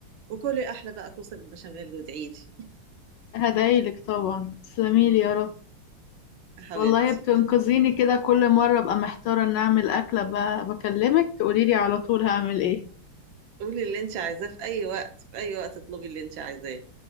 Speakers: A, on the right; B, on the left.
A: وكلي احلى بقى كوسه بالبشاميل وادعي لي
B: هدعيلك طبعا تسلميلي يا رب
A: <laughs> يا حبيبتي
B: والله بتنقذيني كده كل مرة ابقى محتارة ان اعمل اكلة ب... بكلمك تقوليلي على طول هعمل ايه
A: قولي اللي انت عايزاه في اي وقت في اي وقت اطلبي اللي انت عايزاه